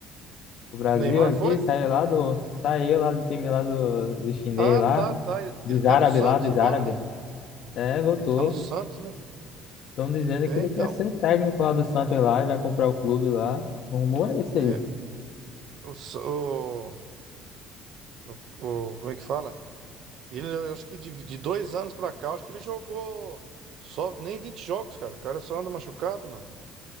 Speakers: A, on the left; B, on the right.
A: o Brasil
B: O Neymar
A: aqui,
B: foi?
A: saiu lá do, saiu lá do time lá do, do chinês
B: Ah,
A: lá,
B: tá, tá. Ele,
A: dos
B: ele tá
A: árabes
B: no Santos
A: lá, dos
B: agora,
A: árabes.
B: né?
A: É, voltou.
B: Ele tá no Santos, né?
A: Estão dizendo
B: É,
A: que ele
B: então.
A: quer ser o técnico lá do Santos lá e vai comprar o clube lá. O rumor é esse
B: É.
A: aí.
B: O, S- o, o- o- como é que fala? Ele, eu acho que de, de dois anos pra cá, eu acho que ele jogou só nem 20 jogos, cara. O cara só anda machucado, mano.